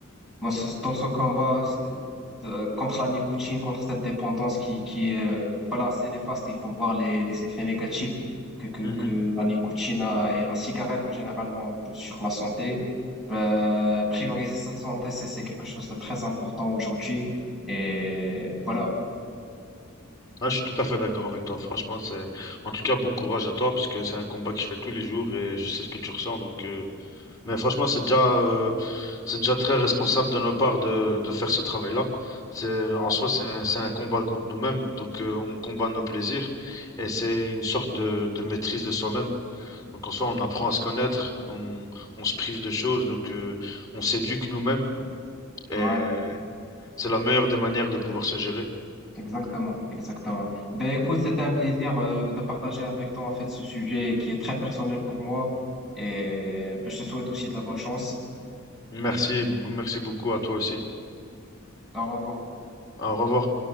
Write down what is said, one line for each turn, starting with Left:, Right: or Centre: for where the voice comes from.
Centre: dans ce, dans ce combat euh, de- contre la nicotine, contre cette dépendance qui, qui est, euh, voilà, assez néfaste. Il faut voir les, les effets négatifs que, que,
Left: Mhm.
Centre: que la nicotine a et la cigarette, en généralement, sur la santé. Ben, prioriser sa santé, c'est, c'est quelque chose de très important aujourd'hui. Et voilà.
Left: Ah, je suis tout à fait d'accord avec toi. Franchement, c'est en tout cas bon courage à toi parce que c'est un combat que je fais tous les jours et je sais ce que tu ressens. Donc, euh, mais franchement, c'est déjà euh, c'est déjà très responsable de notre part de, de faire ce travail-là. C'est en
Centre: Ouais.
Left: soi, c'est un, c'est un combat contre nous-mêmes. Donc, euh, on combat nos plaisirs et c'est une sorte de, de maîtrise de soi-même. Donc, en soi, on apprend à se connaître, on, on se prive de choses, donc euh, on s'éduque nous-mêmes et
Centre: Ouais.
Left: c'est la meilleure des manières de pouvoir se gérer.
Centre: Exactement, exactement. Ben écoute, c'était un plaisir euh, de partager avec toi en fait ce sujet qui est très personnel pour moi et ben, je te souhaite aussi de la bonne chance.
Left: Merci, merci beaucoup à toi aussi.
Centre: Au revoir.
Left: Au revoir.